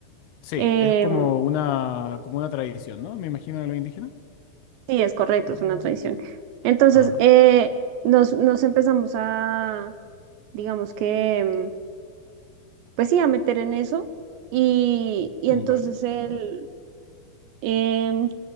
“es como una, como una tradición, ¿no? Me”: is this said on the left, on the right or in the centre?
Left